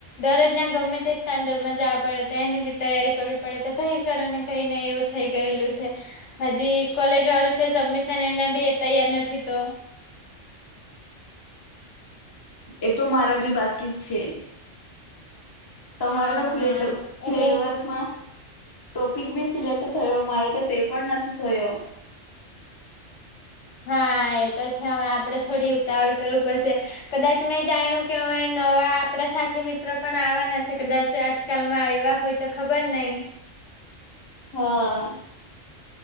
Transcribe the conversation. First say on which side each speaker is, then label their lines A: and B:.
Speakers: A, on the left (about 70°); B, on the left (about 30°).
A: દરરોજ નાં ગમે તે સ્ટાન્ડર્ડ માં જાવું પડે તો એની બી તૈયારી કરવી પડે તો કઈ કરુ ને કઈ નહી એવું થઈ ગયેલું છે હજી કોલેજ વાળું છે સબમિશન એના બી તૈયાર નથી તો
B: એ તો મારા બી બાકી જ છે. તમારે
A: હા
B: તો ફિલ્ડ ફિલ્ડ
A: એટલે
B: વર્કમાં ટોપિક બી સિલેક્ટ થયો મારે તો તે પણ નથી થયો.
A: હા એ તો છે હવે આપડે થોડી ઉતાવળ કરવું પડશે. કદાચ મેં જાણ્યું કે અમે નવા આપડા સાથી મિત્રો પણ આવવાના છે કદાચ આ કાલ માં આવ્યા હોય તો ખબર નહી.
B: હા.